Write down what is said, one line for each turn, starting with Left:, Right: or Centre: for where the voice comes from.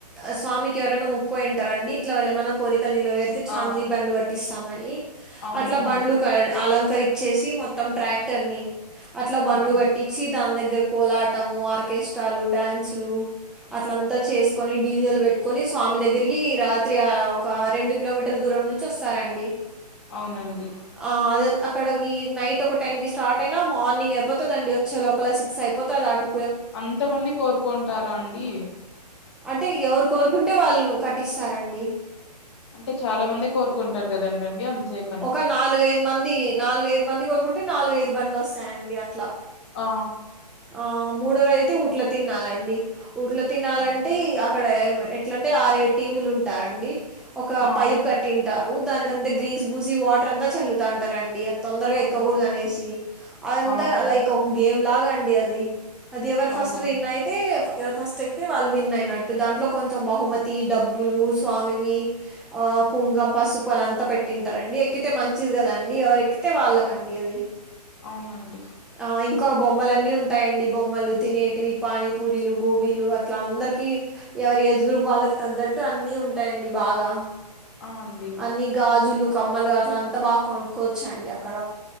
Centre: ఆ స్వామికి ఎవరన్న ముక్కోనింటారండి ఇట్ల వాళ్లేమన్నా కోరికలు నిలవేరు చాందినీ
Left: ఆ
Centre: బండ్లు కట్టిస్తామని
Left: అవునండి
Centre: అట్లా బండ్లు క అంలకరిచ్చేసి ఈ మొత్తం ట్రాక్టర్ని అట్లా బండ్లు
Left: ఆ
Centre: గట్టి పిచ్చి దాని దగ్గర కోలాటము ఆర్కెస్ట్రాలు డ్యాన్సులు అట్లంతా
Left: ఉమ్
Centre: చేసుకొని డీ జే లు పెట్టుకొని స్వామి దగ్గరికి రాత్రి ఆ ఒక రెండు కిలోమీటర్ దూరం ను చొస్సారండి
Left: అవునండి
Centre: ఆ అదన్ అక్కడ ఈ నైట్ ఒక టెన్ కి స్టార్ట్ అయినా మార్నింగ్ అయిపోతదండి వచ్చే లోపల సిక్స్ అయిపోతది అటు
Left: అంత మంది కోరుకో ఉంటారా అండి
Centre: అంటే ఎవరు కోరుకుంటే వాళ్ళు కట్టిస్తారండి
Left: అంటే చాలా మంది కోరుకొంటారు కదండండి అన్సేప్
Centre: ఒక నాలుగైదు మంది నాలుగైదు మంది కొనుక్కుంటే నాలుగైదు బండ్లొస్తాయండి అట్లా
Left: ఆ
Centre: ఆ మూడోరయితే ఉట్ల తిరనాలండి ఉట్ల తిరనాలంటే
Left: ఆ
Centre: ఆ క్కడ ఏమి ఎట్లంటే ఆరేడు టీములు ఉంటారండి ఒక
Left: ఆ
Centre: పైప్ క ట్టింటారు దానికి అంతా గ్రీస్ బూసి వాటర్ అంతా చల్లుతాంటారండి అ తొందరగా
Left: అవును
Centre: ఎక్కకూడదనేసి అదంతా
Left: ఆ
Centre: లైక్ ఒక గేమ్ లాగా అండి అది అది ఏవరు ఫస్ట్
Left: అవునా
Centre: విన్ ఆయి తే ఎవరు ఫస్ట్ ఎక్కితే వాళ్ళు విన్ అయినట్టు దాంట్లో కొంచెం బహుమతి డబ్బులు స్వామివి ఆ కుంగం పసు పు అదంతా పెట్టింటారండి ఎక్కితే మంచిది కదండి ఎవరు ఎక్కితే వాళ్ళకండి అది
Left: అవునండి
Centre: ఆ ఇంకా బొమ్మలన్నీ ఉన్ టాయండి బొమ్మలు తినేటివి పానీపూరీలు గోబీలు అట్ల అందరికి ఎవరి ఏజ్ గ్రూప్ వాళ్ళకు తగ్గట్టు అన్నీ ఉంటాయండి బాగా
Left: ఆ అండి
Centre: అన్ని గాజులు కమ్మలు అట్ల అంతా బాగా కొనుక్కోచ్చండి అక్కడ